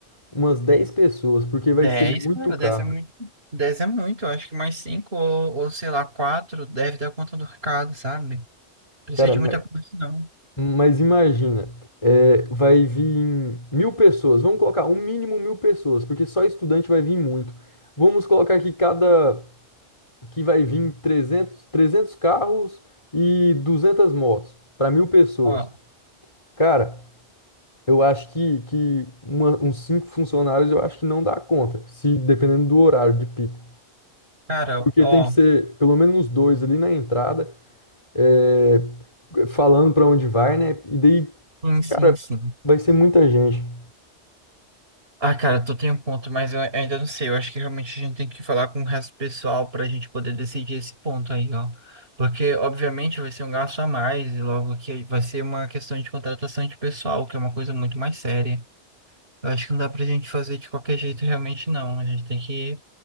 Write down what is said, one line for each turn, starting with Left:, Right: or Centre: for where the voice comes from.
Left: umas 10 pessoas, porque
Right: 10,
Left: vai ser muito
Right: cara,
Left: caro.
Right: 10 é muito. 10 é muito, eu acho que mais 5 ou, ou sei lá, 4 deve dar conta do recado, sabe? Precisa
Left: Cara,
Right: de
Left: mas,
Right: muita coisa, não.
Left: mas imagina, é, vai vir mil pessoas, vamos colocar um mínimo mil pessoas, porque só estudante vai vir muito. Vamos colocar que cada que vai vir trezentos trezentos carros e 200 motos para mil pessoas.
Right: Ó,
Left: Cara, eu acho que, que uma- uns cinco funcionários eu acho que não dá conta, se dependendo do horário de pico.
Right: cara,
Left: Porque
Right: ó.
Left: tem que ser pelo menos uns dois ali na entrada, é, falando para onde vai, né? E daí,
Right: Sim, sim,
Left: cara,
Right: sim.
Left: vai ser muita gente.
Right: Ah, cara, tu tem um ponto, mas eu ainda não sei. Eu acho que realmente a gente tem que falar com o resto do pessoal para a gente poder decidir esse ponto aí, ó. Porque, obviamente, vai ser um gasto a mais, e logo que vai ser uma questão de contratação de pessoal, que é uma coisa muito mais séria. Eu acho que não dá pra gente fazer de qualquer jeito, realmente, não. A gente tem que